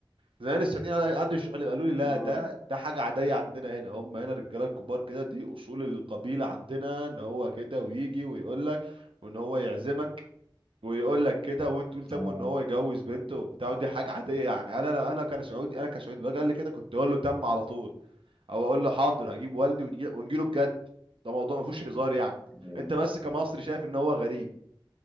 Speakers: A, on the right; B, in the centre.
A: زمان السعوديين قعدوا يشرحوا لي قالوا لي لا
B: آه،
A: ده ده حاجه عاديه عندنا هنا هم هنا الرجاله الكبار كده دي اصول القبيله عندنا ان هو كده ويجي ويقول لك وان هو يعزمك ويقول لك كده وانت تقول تمه
B: آه،
A: ان هو يجوز بنته وبتاع ودي حاجه عاديه يعني انا انا انا كان سعودي انا كسعودي لو قال لي كده كنت اقول له تم على طول او اقول له حاضر هجيب والدي ونجي- ونجيله بجد ده موضوع ما فيهوش هزار يعني
B: آه.
A: انت بس كمصري شايف ان هو غريب